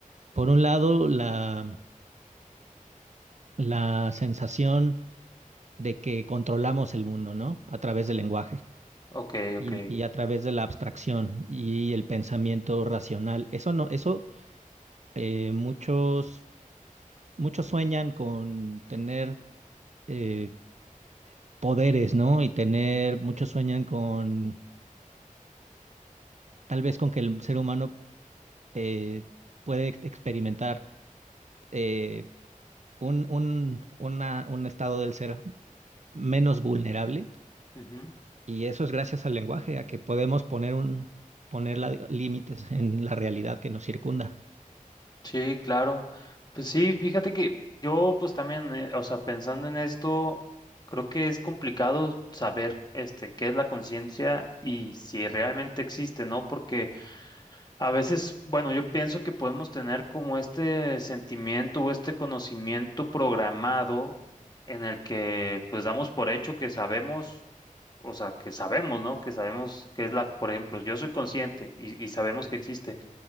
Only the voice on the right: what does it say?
Por un lado, la, la sensación de que controlamos el mundo, ¿no? A través del lenguaje
y, y a través de la abstracción y el pensamiento racional. Eso no, eso eh, muchos, muchos sueñan con tener eh, poderes, ¿no? Y tener, muchos sueñan con, tal vez con que el ser humano eh, puede ex- experimentar eh, un, un, una- un estado del ser menos vulnerable.
Y eso es gracias al lenguaje, a que podemos poner un, poner la- límites en la realidad que nos circunda.